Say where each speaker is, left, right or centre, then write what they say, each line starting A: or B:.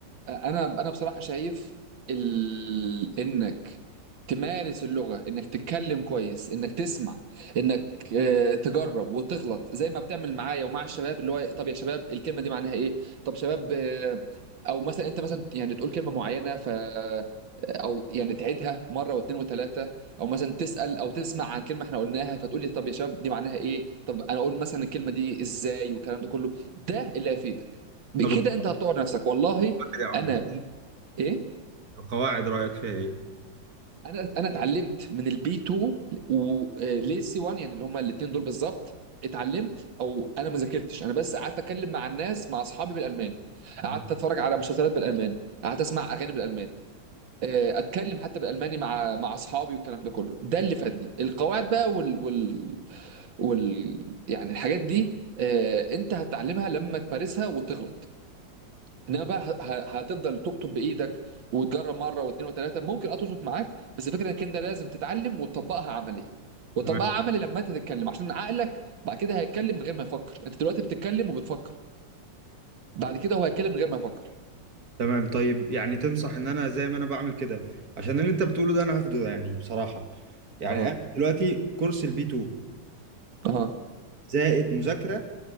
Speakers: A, on the right; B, on the right.
A: انا انا بصراحه شايف ال... انك تمارس اللغه انك تتكلم كويس انك تسمع انك آه، تجرب وتغلط زي ما بتعمل معايا ومع الشباب اللي هو طب يا شباب الكلمه دي معناها ايه طب شباب آه، او مثلا انت مثلا يعني تقول كلمه معينه ف آه، او يعني تعيدها مره واثنين وثلاثه او مثلا تسال او تسمع عن كلمه احنا قلناها فتقول لي طب يا شباب دي معناها ايه طب انا اقول مثلا الكلمه دي ازاي والكلام ده كله ده اللي هيفيدك بكده
B: طب
A: انت هتطور نفسك والله
B: القواعد يا عمر
A: انا ايه
B: القواعد رايك فيها ايه
A: انا انا اتعلمت من البي 2 وليه سي 1 يعني اللي هما الاثنين دول بالظبط اتعلمت او انا ما ذاكرتش انا بس قعدت اتكلم مع الناس مع اصحابي بالالماني قعدت
B: آه،
A: اتفرج على مسلسلات بالالماني قعدت اسمع اغاني بالالماني آه، اتكلم حتى بالالماني مع مع اصحابي والكلام ده كله ده اللي فادني القواعد بقى وال وال وال يعني الحاجات دي آه، انت هتتعلمها لما تمارسها وتغلط انما بقى ه- ه- هتفضل تكتب بايدك وتجرب مره واثنين وثلاثه ممكن اه تظبط معاك بس الفكره انك انت لازم تتعلم وتطبقها عمليا وتطبقها
B: تمام
A: عملي لما انت تتكلم عشان عقلك بعد كده هيتكلم من غير ما يفكر انت دلوقتي بتتكلم وبتفكر بعد كده هو هيتكلم من غير ما يفكر
B: تمام طيب يعني تنصح ان انا زي ما انا بعمل كده عشان اللي انت بتقوله ده انا هاخده يعني بصراحة يعني
A: اه
B: انا دلوقتي كورس البي 2
A: اه
B: زائد مذاكرة